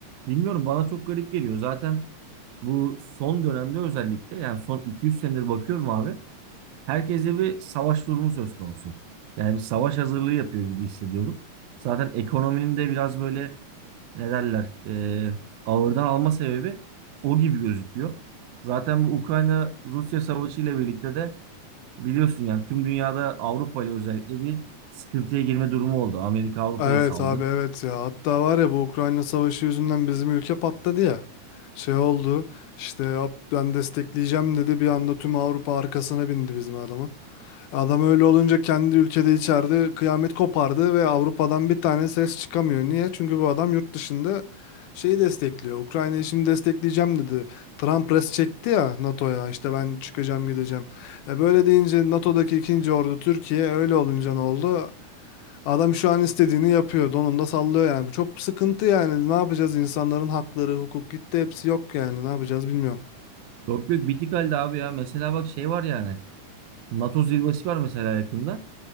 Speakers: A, on the right; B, on the left.
A: Bilmiyorum bana çok garip geliyor. Zaten bu son dönemde özellikle yani son 2-3 senedir bakıyorum abi. Herkeste bir savaş durumu söz konusu. Yani bir savaş hazırlığı yapıyor gibi hissediyorum. Zaten ekonominin de biraz böyle ne derler e, ağırdan alma sebebi o gibi gözüküyor. Zaten bu Ukrayna-Rusya savaşı ile birlikte de biliyorsun yani tüm dünyada Avrupa ile özellikle bir sıkıntıya girme durumu oldu. Amerika Avrupa'yı
B: Evet
A: saldı.
B: abi evet ya. Hatta var ya bu Ukrayna savaşı yüzünden bizim ülke patladı ya. Şey oldu. İşte "Hop, ben destekleyeceğim dedi. Bir anda tüm Avrupa arkasına bindi bizim adamın. Adam öyle olunca kendi ülkede içeride kıyamet kopardı ve Avrupa'dan bir tane ses çıkamıyor. Niye? Çünkü bu adam yurt dışında şeyi destekliyor. Ukrayna'yı şimdi destekleyeceğim dedi. Trump res çekti ya NATO'ya işte ben çıkacağım gideceğim. E böyle deyince NATO'daki ikinci ordu Türkiye öyle olunca ne oldu? Adam şu an istediğini yapıyor. Donunda sallıyor yani. Bu Çok sıkıntı yani. Ne yapacağız? İnsanların hakları, hukuk gitti. Hepsi yok yani. Ne yapacağız bilmiyorum.
A: Yok yok bitik halde abi ya. Mesela bak şey var yani. NATO zirvesi var mesela yakında.